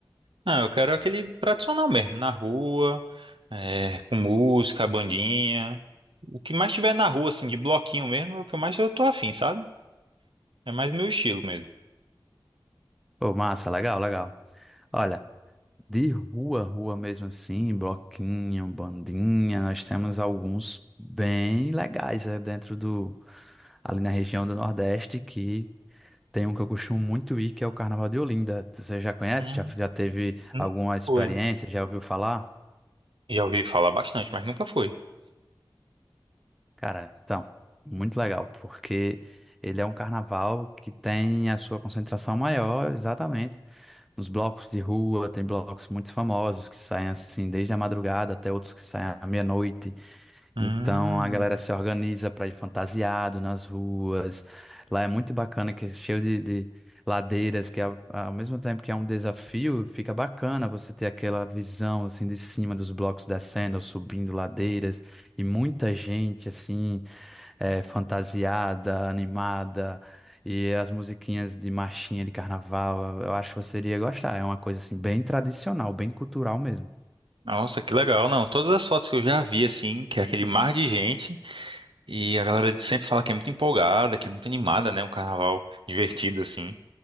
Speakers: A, on the right; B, in the centre.
A: Não, eu quero aquele tradicional mesmo, na rua, é, com música, bandinha. O que mais tiver na rua, assim, de bloquinho mesmo, é o que mais eu tô afim, sabe? É mais meu estilo mesmo.
B: Ô, massa, legal, legal. Olha, de rua, rua mesmo assim, bloquinho, bandinha, nós temos alguns bem legais né, dentro do, ali na região do Nordeste, que tem um que eu costumo muito ir, que é o Carnaval de Olinda. Você já conhece?
A: Hum,
B: Já, já teve
A: nunca
B: alguma experiência?
A: foi.
B: Já ouviu falar?
A: Já ouvi falar bastante, mas nunca fui.
B: Cara, então, muito legal, porque ele é um carnaval que tem a sua concentração maior, exatamente nos blocos de rua, tem blocos muito famosos que saem assim desde a madrugada até outros que saem à meia-noite.
A: Hum,
B: Então a galera se organiza para ir fantasiado nas ruas. Lá é muito bacana, que é cheio de, de ladeiras, que ao, ao mesmo tempo que é um desafio, fica bacana você ter aquela visão assim de cima dos blocos descendo ou subindo ladeiras e muita gente assim é, fantasiada, animada, e as musiquinhas de marchinha de carnaval. Eu eu acho que você iria gostar. É uma coisa assim bem tradicional, bem cultural mesmo.
A: nossa, que legal. Não, todas as fotos que eu já vi, assim, que é aquele mar de gente, e a galera de- sempre fala que é muito empolgada, que é muito animada, né? Um carnaval divertido, assim.